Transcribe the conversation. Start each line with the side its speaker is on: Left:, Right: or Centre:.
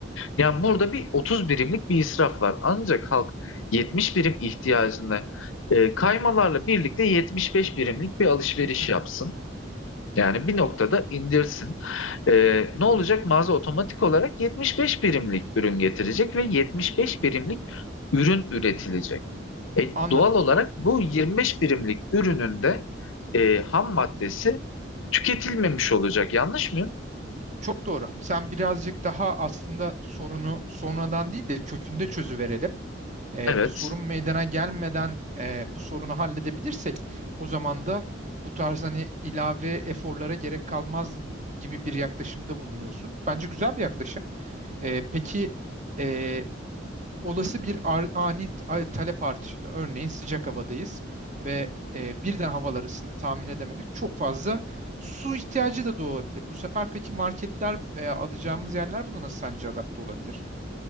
Left: Yani burada bir 30 birimlik bir israf var. Ancak halk 70 birim ihtiyacını e, kaymalarla birlikte 75 birimlik bir alışveriş
Right: hı.
Left: yapsın. Yani bir noktada indirsin. Ee, ne olacak? Mağaza otomatik olarak 75 birimlik ürün getirecek ve 75 birimlik ürün üretilecek. E,
Right: Anladım.
Left: doğal olarak bu 25 birimlik ürünün de e, ham maddesi tüketilmemiş olacak. Yanlış mıyım?
Right: Çok doğru. Sen birazcık daha aslında sorunu sonradan değil de kökünde çözüverelim. Ee,
Left: Evet.
Right: bu sorun meydana gelmeden e, bu sorunu halledebilirsek o zaman da bu tarz hani ilave eforlara gerek kalmaz gibi bir yaklaşımda bulunuyorsun. Bence güzel bir yaklaşım. Ee, peki e, olası bir ar- ani t- talep artışında örneğin sıcak havadayız ve e, birden havalar ısındı tahmin edemedik. Çok fazla su ihtiyacı da doğabilir. Bu sefer peki marketler veya alacağımız yerler buna nasıl sence adapte olabilir?